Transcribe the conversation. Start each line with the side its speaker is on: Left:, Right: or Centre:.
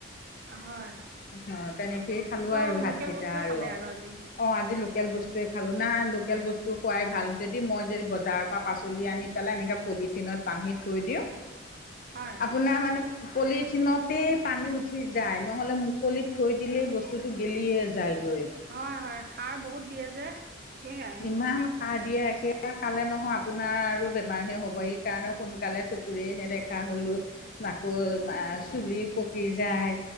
Right: হয়।
Left: অ তেনেকেই খালো
Right: চব
Left: আৰু ভাতকেইটা
Right: লোকেল বস্তুৱে
Left: আৰু
Right: খালে আজি।
Left: অ আজি লোকেল বস্তুৱে খালোঁ নাই লোকেল বস্তু খোৱাই ভাল যদি মই যদি বজাৰৰ পৰা পাচলি আনি এনেকা পলিথিনত বান্ধি থৈ দিওঁ
Right: হয়
Left: আপোনাৰ মানে পলিথিনতেই পানী উঠি যায় নহ'লে মুকলিত থৈ দিলেই বস্তুটো গেলিয়ে যায়গৈ।
Right: হয় হয় সাৰ বহুত দিয়ে যে সেয়াই।
Left: ইমান সাৰ দিয়ে ৰাখি খালে নহয় আপোনাৰ আৰু বেমাৰহে হ'ব সেইকাৰণে সোনকালে চকুৰেই নেদেখা হ'লোঁ। নাকৌ
Right: হয় দিয়ক।
Left: চুলি পকি যায়।